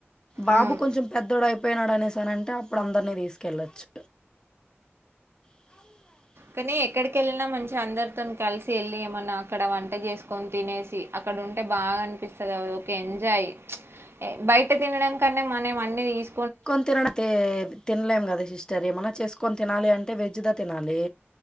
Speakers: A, on the left (about 20°); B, on the right (about 65°).
A: బాబు
B: అవును
A: కొంచెం పెద్దోడై పోయినాడు అనేసి అనంటే అప్పుడు అందరినీ దీసుకెళ్ళొచ్చు అ
B: కానీ ఎక్కడికి ఎళ్ళినా మంచి అందరితోన్ కలిసి ఎళ్ళి ఏమన్నా అక్కడ వంట చేసుకొని తినేసి అక్కడ. డుంటే బాగా అనిపిస్తది అదొక ఎంజాయ్ ఎ బయట తినడం కన్నా మనం అన్ని దీస్
A: కొన్ తినడం తే తినలేం కదా సిస్టర్ ఏమన్నా చేసుకొని తినాలి అంటే వెజ్ద తినాలి